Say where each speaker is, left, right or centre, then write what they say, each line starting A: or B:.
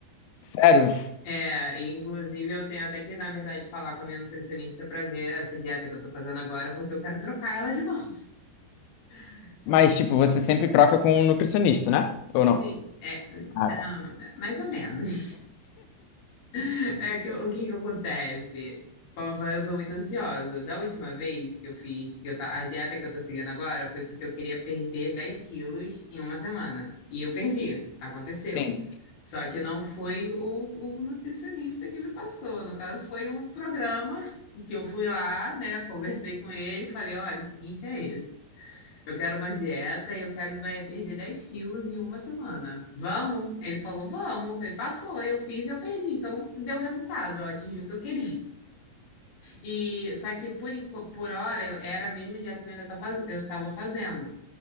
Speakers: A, on the left (about 80°); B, on the left (about 60°).
A: Sério?
B: É, e, inclusive, eu tenho até que, na verdade, falar com a minha nutricionista para ver essa dieta que eu tô fazendo agora, porque eu quero trocar ela de novo. <laughs> Porque,
A: Mas, tipo, você sempre troca com um nutricionista, né? Ou não?
B: assim, é,
A: Ah,
B: ah,
A: tá.
B: mais ou menos. <laughs> É que, o que que acontece? Como eu falei, eu sou muito ansiosa. Da última vez que eu fiz, que eu ta- a dieta que eu tô seguindo agora foi porque eu queria perder 10 quilos em uma semana. E eu perdi, aconteceu.
A: Sim.
B: Só que não foi o, o nutricionista que me passou. No caso, foi um programa que eu fui lá, né? Conversei com ele, falei, olha, o seguinte é esse. Eu quero uma dieta e eu quero emba- perder 10 quilos em uma semana. Vamos? Ele falou, vamos. Ele passou, eu fiz e eu perdi. Então, deu resultado, eu atingi o que eu queria. <laughs> E só que por, enqu- por hora eu- era a mesma dieta que eu ainda tá faz- eu estava fazendo.